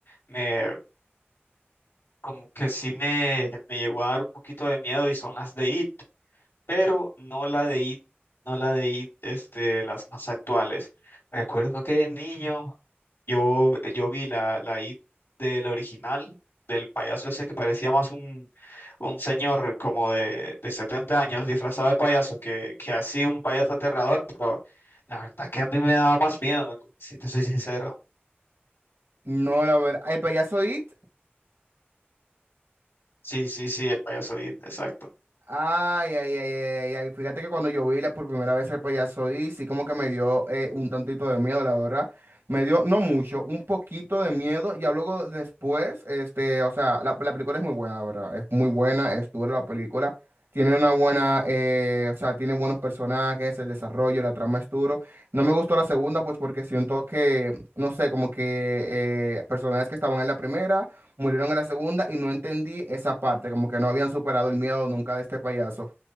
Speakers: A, on the left; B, on the right.
A: me como que sí me, me llegó a dar un poquito de miedo y son las de It, pero no la de It, no la de It, este, las más actuales. Recuerdo que de niño yo, eh, yo vi la, la IT del original, del payaso ese que parecía más un, un señor como de, de 70 años disfrazado de payaso que, que así un payaso aterrador, pero la verdad que a mí me daba más miedo, si te soy sincero.
B: No, la verdad. El payaso It
A: Sí, sí, sí, el payaso IT, exacto.
B: Ay, ay, ay, ay, ay. Fíjate que cuando yo vi la- por primera vez el payaso y sí como que me dio eh, un tantito de miedo, la verdad. Me dio, no mucho, un poquito de miedo. Ya luego después, este, o sea, la, la película es muy buena, la verdad. Es muy buena, es dura la película. Tiene una buena, eh, o sea, tiene buenos personajes, el desarrollo, la trama es duro. No me gustó la segunda, pues porque siento que, no sé, como que eh, personajes que estaban en la primera murieron en la segunda y no entendí esa parte, como que no habían superado el miedo nunca de este payaso.